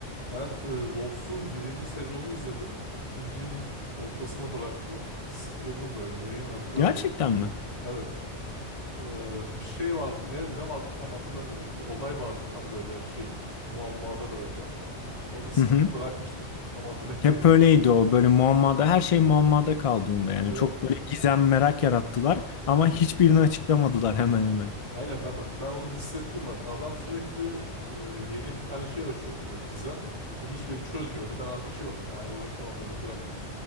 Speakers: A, on the left (about 35°); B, on the left (about 60°).
A: ben e, Lost'un birinci sezonunu izledim. İkincinin ortasına bıraktım. Sıkıldım böyle. Neyi hatırlamıyorum.
B: Gerçekten mi?
A: Evet. E, bir şey vardı. Ne, ne vardı tam hatırlamıyorum. Bir olay vardı tam böyle şey muammada bırakan. Orada sıkılıp
B: Hı hı.
A: bırakmıştım. Tam hatırlamıyorum
B: Hep
A: çok.
B: öyleydi o böyle muammada her şey muammada kaldı onda yani
A: Evet.
B: çok böyle gizem merak yarattılar ama
A: <laughs>
B: hiçbirini açıklamadılar hemen hemen.
A: Aynen ben bak ben onu hissettim bak. Adam sürekli e, yeni bir tane şey açıyordu böyle gizem ve hiçbirini çözmüyordu. Ben artık şey oldum. "Ee, uğraşamam dedim bıraktım.